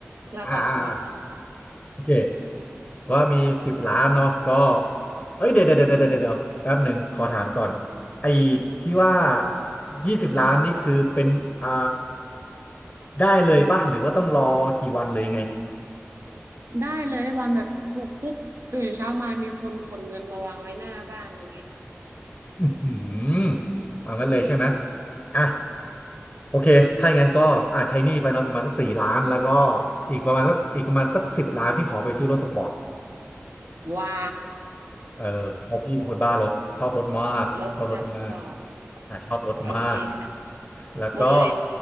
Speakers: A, on the right (about 65°); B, on the left (about 20°).
A: เราต่อค่ะเราต่อ
B: อ่าอ่าอ่าโอเค ว่ามีสิบล้านเนาะก็เอ้ยเดี๋ยวเดี๋ยวเดี๋ยวเดี๋ยวเดี๋ยวแป๊บหนึ่งขอถามก่อนไอ้ที่ว่ายี่สิบล้านนี่คือเป็นอ่าได้เลยป่ะหรือว่าต้องรอกี่วันหรือยังไง
A: ได้เลยวันแบบถูกปุ๊บตื่นเช้ามามีคนขนเงินมาวางไว้หน้าบ้านอะไรเงี้ย
B: อือหือเอางั้นเลยใช่ไหมอ่ะโอเคถ้าอย่างนั้นก็อาจใช้หนี้ไปเนาะประมาณสักสี่ล้านแล้วก็อีกประมาณสักอีกประมาณสักสิบล้านที่ขอไปซื้อรถสปอร์ต
A: ว้า
B: เออเพราะพี่เป็นคนบ้ารถชอบรถมากชอบรถมาก
A: รถสปอร์ต
B: อ่ะชอบรถมาก
A: โอเคค่ะ
B: แล้วก็
A: หมดเลย